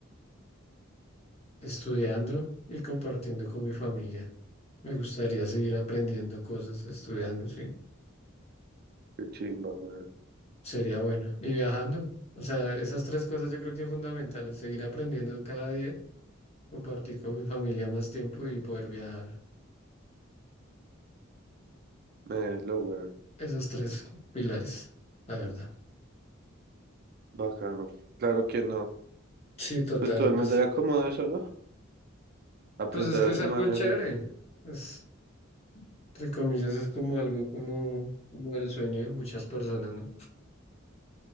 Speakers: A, on the left (about 30°); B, on the right (about 50°).
A: estudiando y compartiendo con mi familia. Me gustaría seguir aprendiendo cosas, estudiando, sí.
B: Qué chimba, güey.
A: Sería bueno. Y viajando. O sea, esas tres cosas yo creo que son fundamentales. Seguir aprendiendo cada día, compartir con mi familia más tiempo y poder viajar.
B: Melo, güey.
A: Esos tres pilares, la verdad.
B: Bacano. Claro que no.
A: Sí, total,
B: Pues todo el
A: pues,
B: mundo era como eso, ¿no? Aprender
A: pues es que
B: a
A: es
B: su
A: algo
B: manera.
A: chévere.
B: eh.
A: Es, entre comillas, es como algo como, como el sueño de muchas personas, ¿no?